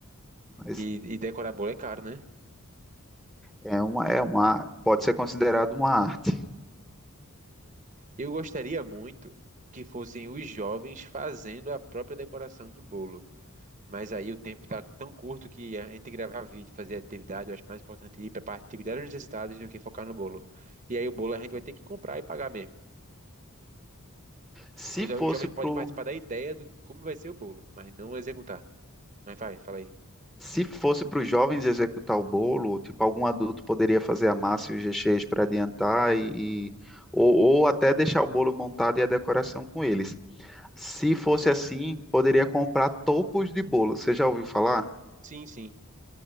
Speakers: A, in the centre; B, on the right (about 35°).
A: mas
B: E, e decorar bolo é caro, né?
A: é uma, é uma, pode ser considerado uma arte.
B: Eu gostaria muito que fossem os jovens fazendo a própria decoração do bolo. Mas aí o tempo tá tão curto que a gente gravar vídeo, fazer atividade, eu acho mais importante ir para atividades necessitadas do que focar no bolo. E aí o bolo a gente vai ter que comprar e pagar mesmo.
A: Se
B: O
A: fosse
B: jo- o jovem
A: pro,
B: pode participar da ideia do como vai ser o bolo, mas não executar. Mas vai, fala aí.
A: se fosse para os jovens executar o bolo, tipo algum adulto poderia fazer a massa e os recheios para adiantar e, e- ou, ou até deixar o bolo montado e a decoração com eles. Se fosse assim, poderia comprar topos de bolo. Você já ouviu falar?
B: Sim, sim.